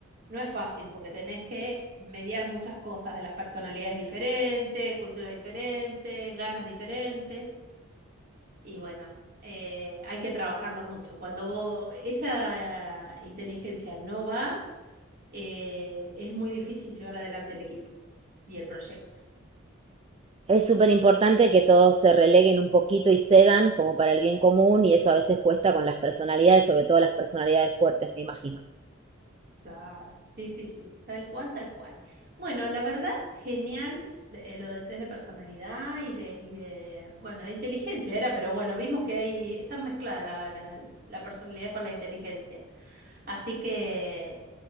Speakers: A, on the right; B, on the right.
A: no es fácil, porque tenés que mediar muchas cosas de las personalidades diferentes, culturas diferentes, ganas diferentes, y bueno eh, hay que trabajarlo mucho. Cuando vos- esa eh, inteligencia no va, eh, es muy difícil llevar adelante el equipo y el proyecto.
B: Es súper importante que todos se releguen un poquito y cedan como para el bien común y eso a veces cuesta con las personalidades, sobre todo las personalidades fuertes, me imagino.
A: Claro. Sí, sí, sí, tal cual, tal cual. Bueno, la verdad, genial eh, lo del test de personalidad y de, y de, bueno, de inteligencia era, pero bueno, vimos que ahí está mezclada la, la, la personalidad con la inteligencia. Así que